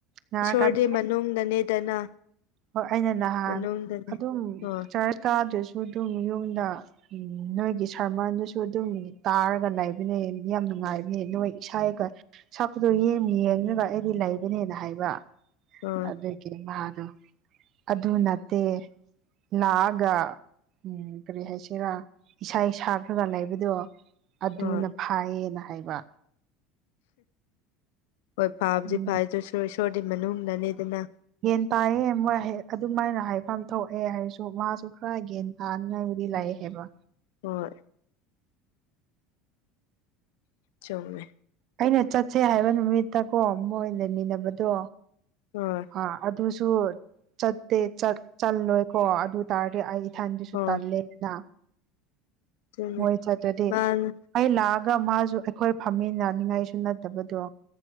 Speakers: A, on the right; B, on the left.
A: ꯅꯥꯔꯀꯥꯟꯗ
B: ꯏꯁꯣꯔꯒꯤ ꯃꯅꯨꯡꯗꯅꯦꯗꯅ
A: ꯍꯣꯏ ꯑꯩꯅ ꯅꯍꯥꯟ
B: ꯃꯅꯨꯡꯗꯅꯦ
A: ꯑꯗꯨꯝ
B: ꯍꯣꯏ
A: ꯆꯔ ꯀꯥꯗ꯭ꯔꯁꯨ ꯑꯗꯨꯝ ꯌꯨꯝꯗ ꯎꯝ ꯅꯣꯏꯒꯤ ꯁꯔꯃꯟꯗꯨꯁꯨ ꯑꯗꯨꯝ ꯇꯥꯔꯒ ꯂꯩꯕꯅꯦ ꯌꯥꯝ ꯅꯨꯡꯉꯥꯏꯕꯅꯦ ꯅꯣꯏ ꯏꯁꯥꯒ ꯁꯛꯄꯗꯣ ꯌꯦꯡ ꯌꯦꯡꯉꯒ ꯑꯩꯗꯤ ꯂꯩꯕꯅꯦꯅ ꯍꯥꯏꯕ
B: ꯍꯣꯏ
A: ꯑꯗꯨꯗꯗꯒꯤ ꯃꯥꯣ ꯑꯗꯨꯗ ꯅꯠꯇꯦ ꯅꯒ ꯎꯝ ꯀꯔꯤ ꯍꯥꯏꯁꯤꯔꯥ ꯏꯁꯥ ꯁꯥꯈ꯭ꯔꯒ ꯂꯩꯕꯗꯣ ꯑꯗꯨꯅ
B: ꯍꯣꯏ
A: ꯐꯥꯏꯌꯦꯅ ꯍꯥꯏꯕ
B: ꯍꯣꯏ ꯐꯥꯕꯨꯗꯤ
A: ꯎꯝ
B: ꯐ ꯏꯁꯣꯔꯗꯤ ꯃꯅꯨꯡꯅꯤꯗꯅ
A: ꯌꯦꯟ ꯇꯥꯏꯌꯦ ꯃꯣꯏ ꯑꯗꯨꯃꯥꯏꯅ ꯍꯥꯏꯐꯝ ꯊꯣꯛꯑꯦ ꯍꯥꯏꯔꯁꯨ ꯃꯥꯁꯨ ꯈꯔ ꯌꯦꯟ ꯇꯥꯅꯤꯉꯥꯏꯕꯨꯗꯤ ꯂꯩ ꯍꯥꯏꯕ
B: ꯍꯣꯏ ꯆꯨꯝꯃꯦ
A: ꯑꯩꯅ ꯆꯠꯁꯦ ꯍꯥꯏꯕ ꯅꯨꯃꯤꯠꯇ ꯀꯣ ꯃꯣꯏ ꯂꯩꯃꯤꯟꯅꯕꯗꯣ
B: ꯍ‌ꯣꯏ
A: ꯑ ꯑꯗꯨꯁꯨ ꯆꯠꯇꯦ ꯆꯠ ꯆꯜꯂꯣꯏꯀꯣ ꯑꯗꯨ ꯇꯥꯔꯗꯤ ꯑꯩ ꯏꯊꯟꯗꯁꯨ
B: ꯍꯣꯏ
A: ꯇꯜꯂꯦꯗꯅ
B: ꯑꯗꯨꯅꯦ
A: ꯃꯣꯏ ꯆꯠꯇ꯭ꯔꯗꯤ
B: ꯃꯥꯅ
A: ꯑꯩ ꯂꯥꯛꯑꯒ ꯃꯥꯁꯨ ꯑꯩꯈꯣꯏ ꯐꯝꯃꯤꯟꯅꯅꯤꯡꯉꯥꯏꯁꯨ ꯅꯠꯇꯕꯗꯣ